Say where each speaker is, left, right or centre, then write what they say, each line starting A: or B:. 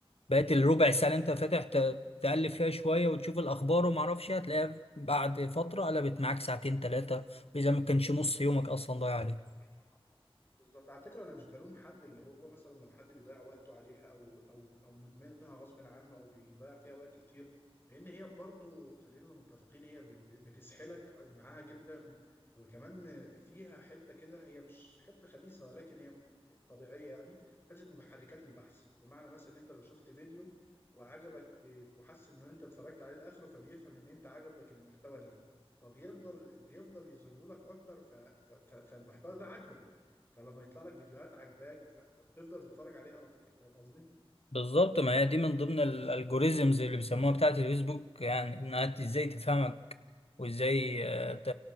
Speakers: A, on the left; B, on the left.
A: بقيت الربع ساعة اللي
B: دي
A: انت فاتح ت- تقلب فيها شوية وتشوف الأخبار وما اعرفش إيه، هتلاقيها بعد فترة قلبت معاك ساعتين تلاتة وإذا ما كانش نص يومك أصلا ضايع عليك
B: حقيقة بالظبط على فكره انا مش بلوم حد اللي هو مثلا لو حد بيضيع وقته عليها او او او مدمنها غصب عنه او بيضيع فيها وقت كتير لان هي برضو خلينا متفقين هي ب- ب- بتسحلك معاها جدا وكمان فيها حته كده هي مش حته خبيثه ولكن هي طبيعيه يعني حته محركات البحث بمعنى مثلا ان انت لو شفت فيديو وعجبك وحس ان انت اتفرجت عليه لاخره فبيفهم ان انت عجبك المحتوى ده فبيفضل بيفضل يظهره لك اكتر ف... ف... ف... فالمحتوى ده عجبك فلما يطلع لك فيديوهات عاجباك ف- فبتفضل تتفرج عليها اكتر فاهم قصدي؟
A: بالظبط ما هي دي من ضمن الالجوريزمز اللي بيسموها بتاعة الفيسبوك يعني إنها إزاي تفهمك وإزاي آه، ت-